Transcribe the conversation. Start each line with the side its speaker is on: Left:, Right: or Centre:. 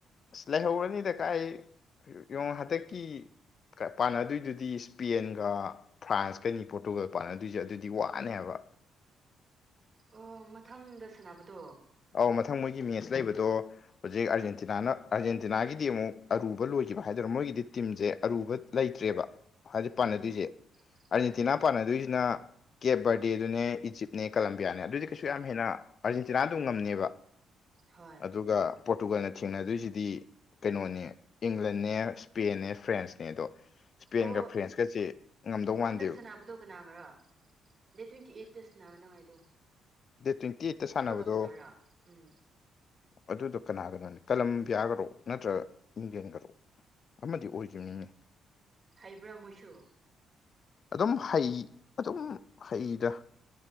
Left: ꯑꯁ ꯂꯩꯍꯧꯔꯅꯤꯗ ꯀꯥꯏ ꯌꯦꯉ ꯍꯟꯗꯛꯀꯤ ꯄꯥꯟꯅꯗꯣꯏꯗꯨꯗꯤ ꯏꯁꯄꯦꯟꯒ ꯐ꯭ꯔꯥꯟꯁꯀꯅꯤ ꯄꯣꯔꯇꯨꯒꯜꯒ ꯄꯥꯟꯅꯗꯣꯏꯁꯦ ꯑꯗꯨꯗꯤ ꯋꯥ ꯑꯅꯕ
Right: ꯑꯣ ꯃꯊꯪꯗ ꯁꯥꯟꯅꯕꯗꯣ
Left: ꯑꯧ ꯃꯊꯪ ꯃꯣꯏꯒꯤ ꯃꯦꯠꯆ ꯂꯩꯕꯗꯣ ꯍꯧꯖꯤꯛ ꯑꯥꯔꯖꯦꯟꯇꯤꯅꯥꯅ ꯑꯥꯔꯖꯦꯟꯇꯤꯅꯥꯒꯤꯗꯤ ꯑꯃꯨꯛ ꯑꯔꯨꯕ ꯂꯣꯏꯔꯦ ꯈꯤꯕ ꯍꯥꯏꯗꯔꯣ ꯃꯣꯏꯒꯤꯗꯤ ꯇꯤꯝꯁꯦ ꯑꯔꯨꯕ ꯂꯩꯇ꯭ꯔꯦꯕ ꯍꯥꯏꯗꯤ ꯄꯥꯟꯅꯗꯣꯏꯁꯦ
Right: ꯎꯝ
Left: ꯑꯅꯤ
Right: ꯎꯝ
Left: ꯇꯤꯅꯥ ꯄꯥꯟꯅꯗꯣꯏꯁꯤꯅ ꯀꯦ ꯕꯔꯗꯦꯗꯨꯅꯦ ꯏꯖꯤꯞꯅꯦ ꯀꯂꯝꯕꯤꯌꯥꯅꯦ ꯑꯗꯨꯗꯤ ꯀꯩꯁꯨ ꯌꯥꯝ ꯍꯦꯟꯅ ꯑꯔꯖꯦꯟꯇꯤꯅꯥ ꯑꯗꯨ ꯉꯝꯅꯦꯕ
Right: ꯍꯣꯏ
Left: ꯑꯗꯨꯒ ꯄꯣꯔꯇꯨꯒꯜꯅ ꯊꯦꯡꯅꯗꯣꯏꯁꯤꯗꯤ ꯀꯩꯅꯣꯅꯦ ꯏꯪꯂꯟꯅꯦ ꯏꯁꯄꯦꯟꯅꯦ ꯐ꯭ꯔꯦꯟꯁꯅꯦ ꯑꯗꯣ ꯏꯁꯄꯦꯟꯒ
Right: ꯑꯣ
Left: ꯐ꯭ꯔꯦꯟꯁꯀꯁꯦ ꯉꯝꯗꯧ ꯃꯥꯟꯗꯦꯕ
Right: ꯍꯟꯗꯛ ꯁꯥꯟꯅꯕꯗꯣ ꯀꯅꯥꯒꯔꯥ ꯗꯦꯠ ꯇ꯭ꯋꯦꯟꯇꯤ ꯑꯩꯠꯇ ꯁꯥꯟꯟꯅꯅꯉꯥꯏꯗꯣ
Left: ꯗꯦ ꯇ꯭ꯋꯦꯟꯇ ꯑꯩꯠꯇ ꯁꯥꯟꯅꯕꯗꯣ
Right: ꯀꯅꯥꯔ ꯎꯝ
Left: ꯑꯗꯨꯗꯣ ꯀꯅꯥꯒꯅꯣꯅꯤ ꯀꯂꯝ ꯕꯤꯌꯥꯒꯔꯣ ꯅꯠꯇ꯭ꯔꯒ ꯃꯤꯤꯡꯖꯦꯟꯒꯔꯣ ꯑꯃꯗꯤ ꯑꯣꯏꯗ꯭ꯔꯤꯕꯅꯤꯅꯦ
Right: ꯍꯩꯕ꯭ꯔꯥ ꯃꯣꯏꯁꯨ
Left: ꯑꯗꯨꯝ ꯍꯩ ꯑꯗꯨꯝ ꯍꯩꯗ